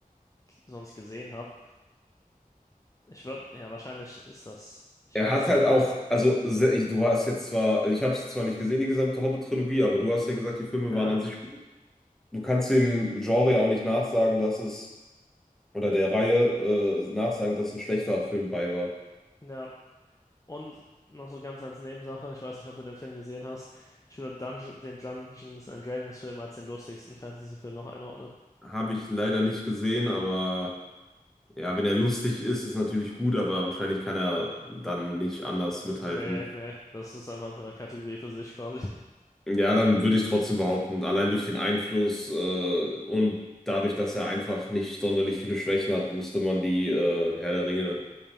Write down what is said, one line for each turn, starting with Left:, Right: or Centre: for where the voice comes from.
Left: sonst gesehen habe. Ich würde, ja, wahrscheinlich ist das die Spitze.
Centre: Er hat halt auch, also se- du hast jetzt zwar, also ich habe es zwar nicht gesehen, die gesamte Hobbit-Trilogie, aber du hast ja gesagt, die Filme
Left: Ja,
Centre: waren an sich, du kannst dem Genre ja auch nicht nachsagen, dass es oder der Reihe äh, nachsagen, dass ein schlechter Film bei war.
Left: ja. Und noch so ganz als Nebensache, ich weiß nicht, ob du den Film gesehen hast, ich würde Dungeon, den Dungeons and Dragons Film als den lustigsten Fantasy-Film noch einordnen.
Centre: Habe ich leider nicht gesehen, aber ja, wenn er lustig ist, ist natürlich gut, aber wahrscheinlich kann er dann nicht anders mithalten.
Left: Nee, nee, das ist einfach eine Kategorie für sich quasi. <laughs>
Centre: Ja, dann würde ich trotzdem behaupten, allein durch den Einfluss äh, und dadurch, dass er einfach nicht sonderlich viele Schwächen hat, müsste man die äh, Herr der Ringe